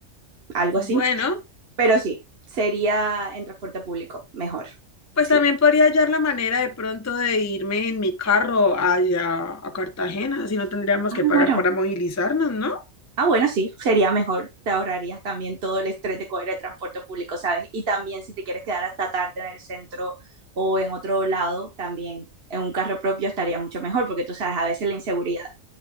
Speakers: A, on the right; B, on the left.
A: algo
B: Bueno,
A: así, pero sí, sería en transporte público mejor.
B: pues
A: Sí.
B: también podría hallar la manera de pronto de irme en mi carro allá a Cartagena, así no tendríamos
A: Ah,
B: que pagar
A: bueno,
B: para movilizarnos, ¿no?
A: Ah, bueno, sí, sería mejor. Te ahorrarías también todo el estrés de coger el transporte público, ¿sabes? Y también si te quieres quedar hasta tarde en el centro o en otro lado, también en un carro propio estaría mucho mejor, porque tú sabes, a veces la inseguridad